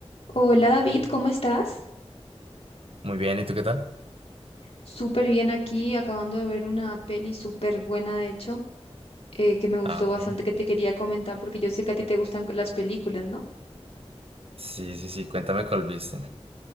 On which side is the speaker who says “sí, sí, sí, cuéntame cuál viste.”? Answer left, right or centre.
Right